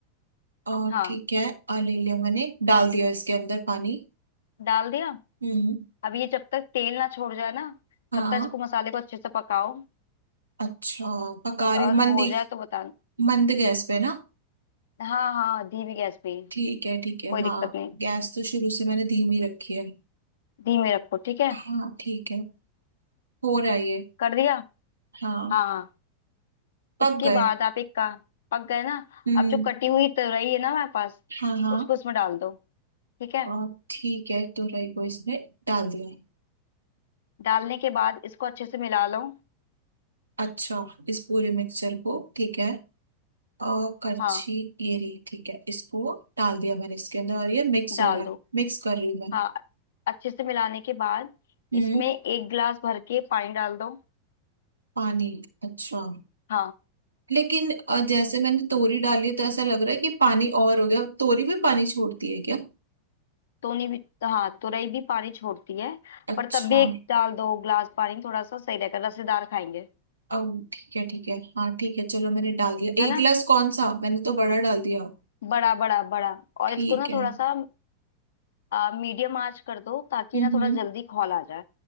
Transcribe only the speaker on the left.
हाँ
डाल दिया
अब ये जब तक तेल ना छोड़ जाए ना
तब तक इसको मसाले को अच्छे से पकाओ
और
हो जाए तो बताना
हाँ हाँ धीमी गैस पे
कोई
दिक्कत नहीं
धीमे रखो ठीक है
कर दिया
हाँ हाँ।
इसके
बाद आप एक का पक गए ना
अब जो कटी हुई तराई है ना हमारे पास
उसको इसमें डाल दो ठीक है
डालने के बाद इसको अच्छे से मिला लो
हाँ
डाल
दो
हाँ अच्छे से मिलाने के बाद
इसमें एक गिलास भर के पानी डाल दो
हाँ
तोनी भी हाँ तुरई भी पानी छोड़ती है
पर तब भी एक डाल दो गिलास पानी थोड़ा सा सही रहेगा रसेदार खाएंगे
है
ना
बड़ा बड़ा बड़ा और
इसको ना
थोड़ा सा आ, मीडियम आंच कर दो ताकि
ना थोड़ा
जल्दी खौल आ जाए